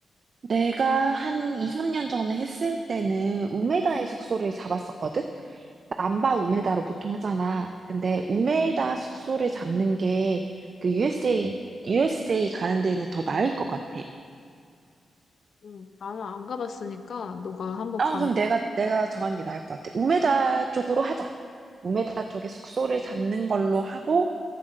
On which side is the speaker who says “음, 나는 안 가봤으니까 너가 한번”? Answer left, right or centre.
Left